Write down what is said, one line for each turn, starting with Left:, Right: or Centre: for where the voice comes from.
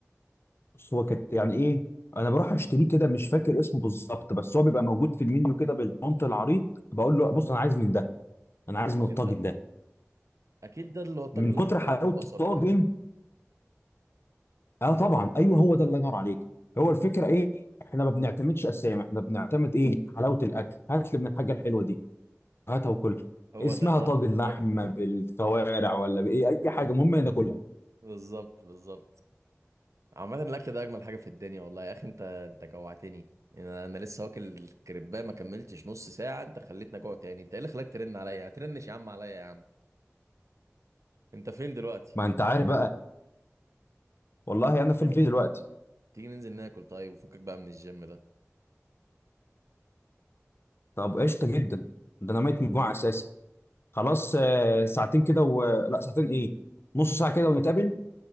Left: بص هو كانت يعني ايه انا بروح اشتريه كده مش فاكر اسمه بالظبط بس هو بيبقى موجود في المنيو كده بالبونت العريض بقول له بص انا عايز من ده انا
Right: الطاجن
Left: عايز من الطاجن
Right: ده
Left: ده
Right: اكيد ده اللي هو الطاجن
Left: من
Right: الاحمر
Left: كتر
Right: بقى
Left: حلاوه
Right: فيه بصل
Left: الطاجن
Right: وكلام من ده
Left: اه طبعا ايوه هو ده الله ينور عليك هو الفكره ايه احنا ما بنعتمدش اسامي احنا بنعتمد ايه حلاوه الاكل هات لي من الحاجه الحلوه دي هاتها وكل
Right: هو
Left: اسمها
Right: ده اللي انا
Left: طاجن
Right: باكله
Left: اللحمه
Right: دايما
Left: بالكوارع ولا بايه اي حاجه المهم ناكلها
Right: بالظبط بالظبط عامة الأكل ده أجمل حاجة في الدنيا والله يا أخي أنت أنت جوعتني أنا أنا لسه واكل الكريباه ما كملتش نص ساعة أنت خليتني أجوع تاني أنت إيه اللي خلاك ترن عليا؟ هترنش يا عم عليا يا عم أنت فين دلوقتي؟
Left: ما انت عارف بقى والله انا في البيت دلوقتي
Right: تيجي ننزل ناكل طيب وفكك بقى من الجيم ده
Left: طب قشطه جدا ده انا ميت من الجوع اساسا خلاص آه، ساعتين كده و... لا ساعتين ايه نص ساعه كده ونتقابل